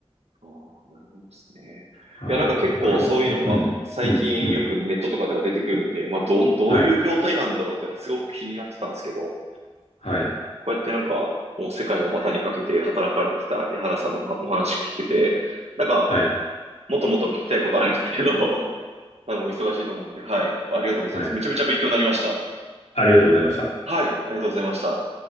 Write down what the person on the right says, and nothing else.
ああ、なるほどですね。
いや、なんか結構そういうのが最近よくネットとかでは出てくるんで、
まあ、どう、どういう業態なんだろうっていうのはすごく気になってたんですけど、
こうやってなんか、もう世界を股にかけて働かれてた矢原さんのお話聞けて、なんか
もっともっと聞きたいことあるんですけど、<laughs> 多分お忙しいと思うんで、はい。ありがとうございます。
めちゃめちゃ勉強になりました。
はい。ありがとうございました。